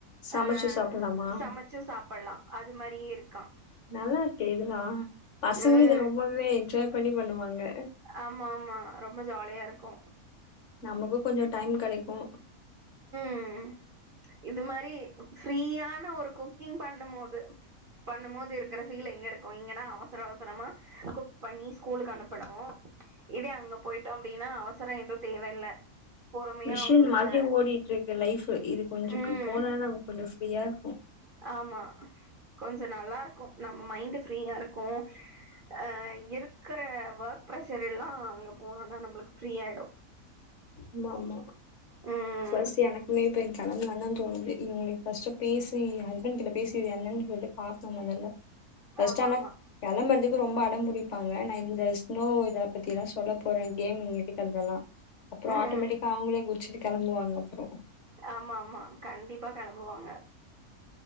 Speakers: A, on the left; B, on the right.
A: சமைச்சு
B: அ
A: சாப்பலாமா
B: சமைச்சு சாப்புலா அது மாரியே இருக்கா
A: நல்லா இருக்கே இதுனா பசங்களு
B: ம்
A: இத ரொம்பவே என்ஜாய் பண்ணி பண்ணுவாங்க
B: ஆமாமா ரொம்ப ஜாலியா இருக்கு
A: நமக்கு கொஞ்சோ டைம் கெடைக்கு
B: ம் இது மாரி ஃப்ரீயான ஒரு குக்கிங் பண்ணும்போது பண்ணும்போது இருக்கிற ஃபீல் எங்கிருக்கு இங்கன்னா அவசர அவசரமா குக் பண்ணி ஸ்கூலுக்கு அனுப்பனு இதே அங்க போயிட்டோ அப்டின்னா அவசரோ எதுவு தேவ இல்ல பொறுமையா
A: மிஷின்
B: அவுங்களுக்கு
A: மாதிரி ஓடிட்டு இருக்கு லைஃப் இது கொஞ்சோ
B: ம்
A: இப்போனானா நமக்கு கொஞ்சோ ஃப்ரீயா இருக்கு
B: ஆமா கொஞ்சோ நல்லா இருக்கு நம்ம மைண்ட்டு ஃப்ரீயா இருக்கு ஆ இருக்கற ஒர்க் ப்ரெஷர் எல்லா அங்க போனோனா நம்மளுக்கு ஃப்ரீயாயிடு
A: ஆமாமா
B: ம்
A: ஃபர்ஸ்ட்டு எனக்குமே இப்போ இங் கெளம்பலான்தா தோணுது இவ்ங்ளுக்கு ஃபர்ஸ்ட்டு ஃபீஸு என் ஹஸ்பண்ட் கிட்ட பேசி என்னன்னு சொல்லி பாக்கணு மொதல்ல ஃப்ர்ஸ்ட்டு
B: ஆமா
A: ஆனா
B: ஆமா
A: கெளம்பறதுக்கு ரொம்ப அடம்புடிப்பாங்க நா இத ஸ்னோ இத பத்தியெல்லா சொல்ல போறன் கேமிங் இருக்கிறதல்லா அப்றோ
B: ம்
A: ஆட்டோமேட்டிக்கா அவுங்ளே குதிச்சிட்டு கெளம்புவாங்க அப்றோ
B: ஆமா ஆமா கண்டிப்பா கெளம்புவாங்க